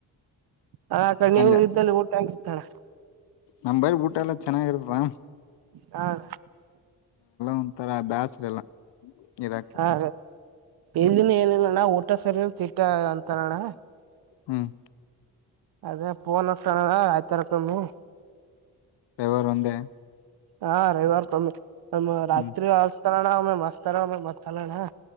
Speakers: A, on the right; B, on the left.
A: ಆ ಕಡೆ ನೀವು
B: ಅಲ್ಲ
A: ಇದ್ದಲ್ಲಿ ಊಟ ಆಗಿತ್ತಣ
B: ನಮ್ಮ ಬರಿ ಊಟ ಎಲ್ಲಾ ಚೆನ್ನಾಗಿರುತ್ತ.
A: ಹಾ ಅಣ್ಣ.
B: ಒಂಥರ ಬ್ಯಾಸ್ರ ಎಲ್ಲ. ಇರಾಕ್
A: ಹ ಎಲ್ದಿನ ಏನಿಲ್ಲಣ್ಣ ಊಟ ಸರಿ ತಟ್ಟ ಅಂತ ಅಣ್ಣ.
B: ಹ್ಮ್.
A: ಅದೇ <unintelligible> ಆಯ್ತರಕಮ್ಮಿ.
B: <unintelligible> ಒಂದೇ.
A: ಹಾ ರವಿವಾರ ಕಮ್ಮಿ ಒ ರಾತ್ರಿ
B: ಹ್ಮ್
A: ಆಸ್ತಾರಣ್ಣ ಒಮ್ಮೆ ಮಸ್ತಾರ ಒಮ್ಮ ಮತ್ತಲ್ಲಣ್ಣ.